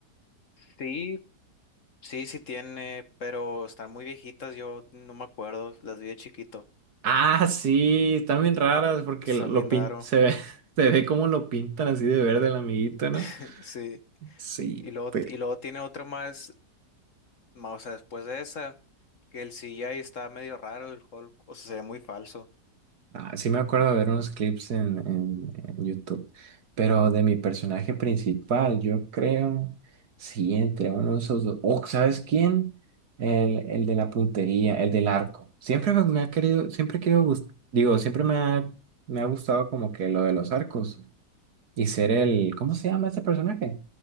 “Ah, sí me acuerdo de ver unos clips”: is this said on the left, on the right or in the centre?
Right